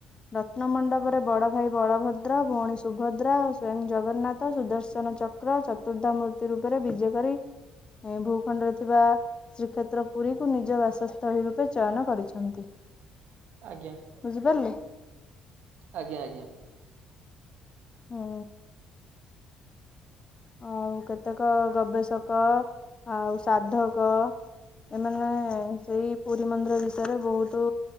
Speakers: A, on the left; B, on the right.
A: ରତ୍ନ ମଣ୍ଡପରେ ବଡ଼ଭାଇ ବଳଭଦ୍ର ଭଉଣୀ ସୁଭଦ୍ରା ସ୍ଵୟଂ ଜଗନ୍ନାଥ ସୁଦର୍ଶନ ଚକ୍ର ଚତୁର୍ଦ୍ଧ ମୂର୍ତ୍ତି ରୂପରେ ବିଜେ କରି ଭୂଖଣ୍ଡରେ ଥିବା ଶ୍ରୀକ୍ଷେତ୍ର ପୁରୀକୁ ନିଜ ବାସସ୍ଥଳୀ ରୂପେ ଚୟନ କରିଛନ୍ତି।
B: ଆଜ୍ଞା
A: ବୁଝିପାରିଲେ
B: ଆଜ୍ଞା ଆଜ୍ଞା
A: ହଁ ଆଉ କେତେକ ଗବେଷକ ଆଉ ସାଧକ ଏମାନେ ସେଇ ପୁରୀ ମନ୍ଦିର ବିଷୟରେ ବହୁତ